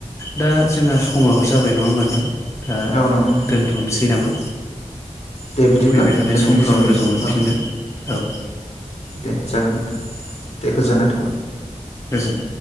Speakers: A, on the left; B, on the left.
A: दा जोंहा समाबो जाबाय नङा होमबा नोंथां दा
B: औ नंगौ नोंथां।
A: दोनथ'नोसै नामा
B: दे
A: नों
B: बिदिब्ला
A: फैबाय थानाय
B: दिनैनि
A: समफ्राव
B: जोंनि
A: लोगो मोनफिनगोन
B: औ
A: औ।
B: दे जागोन नोंथां दे गोजोननाय थाबाय।
A: गोजोन